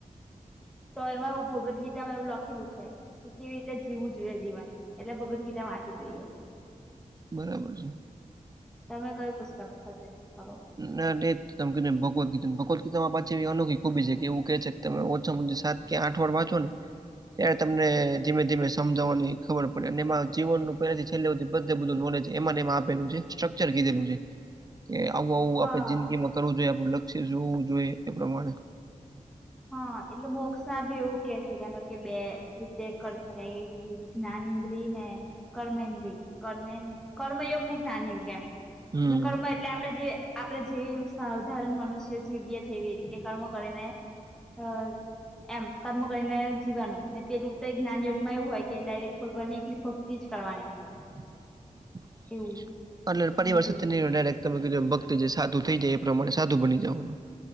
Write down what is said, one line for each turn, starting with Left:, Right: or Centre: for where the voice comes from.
Centre: તો એમાં ભગવદ ગીતામાં એવું લખેલું છે. કેવી રીતે જીવવું જોઈએ જીવન એટલે ભગદગીતા વાંચવી જોઈએ
Right: બરાબર છે.
Centre: તમે કઈ પુસ્તક સજેસ્ટ કરો?
Right: <unintelligible> તમે કીધુ એમ ભગવત ગીતન ભગવત તા મા પાછી એવી અનોખી ખૂભી છે, કે એવું કે છે તમે ઓછા મુ સાત કે આઠ વાર વાંચો ને ત્યારે તમને ધીમે ધીમે સમજાવાની ખબર પડે અને એમાં જીવનનું પહેલાથી છેલ્લે હુધી બધે બધું નોલેજ એમાંને એમાં આપેલુ છે, સ્ટ ચર કીધેલું છે, કે આવું આવું
Centre: હા
Right: આપે જિંદગીમાં કરવું જોઈએ આપણું લક્ષ્ય જોવું જોઈએ એ પ્રમાણે
Centre: હા એટલે મોક્ષમાં ભી એવું કે છે, <unintelligible> કે બે રીતે કરી શકાય જ્ઞાન ઇન્દ્રિ ને કર્મ ઈન્દ્રિ કર્ કર્મયુગ ને જ્ઞાન યુગ એમ
Right: હમ
Centre: એટલે કર્મ એટલે આપડે જે આપણે જે સાધારણ મનુષ્યો જીવીએ છીએ એવી રીતે કે કર્મ કરીને હા. એમ કર્મ કરીને જીવાનું પેલું તો એક જ્ઞાન યોદ્ધમાં એવું હોય કે ડાયરેક્ટ ભગવાનની એકલી ભ એજ કરવાની
Right: હ <unintelligible>
Centre: એવું.
Right: એટલે પરિવાર
Centre: મેં જોયું
Right: સાથે
Centre: હતું
Right: ની ડાયરેક તમે કીધું એમ ભક્ત જે સાધુ થઈ જાય એ પ્રમાણે સાધું બની જવાનું